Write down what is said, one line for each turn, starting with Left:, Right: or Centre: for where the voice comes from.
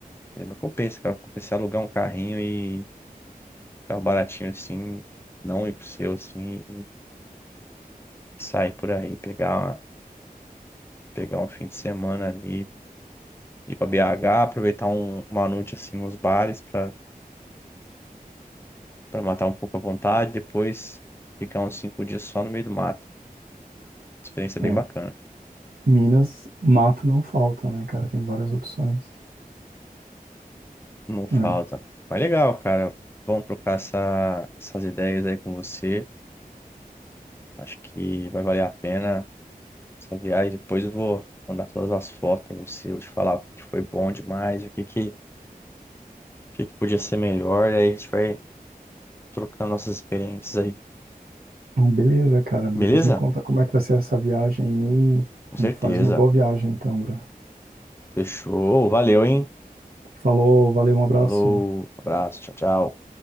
Left: E não compensa, cara. Compensa alugar um carrinho e um carro baratinho assim, não ir pro seu assim. sair por aí, pegar, pegar um fim de semana ali, ir pra BH, aproveitar um- uma noite assim nos bares pra para matar um pouco a vontade, depois ficar uns cinco dias só no meio do mato. Experiência bem
Right: É.
Left: bacana.
Right: Minas, mato não falta, né, cara? Tem várias opções.
Left: Não falta.
Right: É.
Left: Mas legal, cara. Bom trocar essa, essas ideias aí com você. Acho que vai valer a pena essa viagem. Depois eu vou mandar todas as fotos pra você, vou te falar o que foi bom demais, o que que, o que que podia ser melhor. E aí a gente vai trocando nossas experiências aí.
Right: Bom, beleza, cara. Depois
Left: Beleza?
Right: me conta como é que vai ser essa viagem
Left: Com
Right: aí.
Left: certeza.
Right: E faz uma boa viagem, então, bro.
Left: Fechou. Valeu, hein?
Right: Falou, valeu, um abraço.
Left: Falou. Abraço. Tchau, tchau.